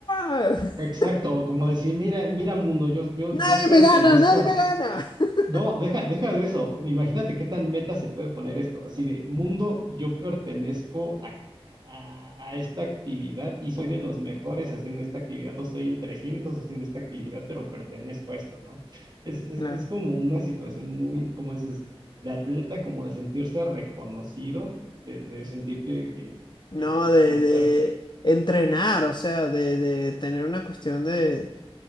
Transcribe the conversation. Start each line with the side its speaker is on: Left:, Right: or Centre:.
Left: ¡Ah! <laughs>
Right: Exacto. Como decir, mira, mira mundo, yo, yo,
Left: ¡Nadie
Right: yo pertenezco
Left: me gana! ¡Nadie
Right: a
Left: me gana! <laughs>
Right: No, deja, deja de eso. Imagínate qué tan meta se puede poner esto. Así de, mundo, yo pertenezco a, a- a esta actividad y soy de los mejores haciendo esta actividad o soy el 300 haciendo esta actividad, pero pertenezco a esto, ¿no? Es, es,
Left: Claro.
Right: es como una situación muy, como dices, de atleta, como de sentirse reconocido, de, de sentir que, que,
Left: No,
Right: que, que,
Left: de,
Right: que estás...
Left: de entrenar, o sea, de, de tener una cuestión de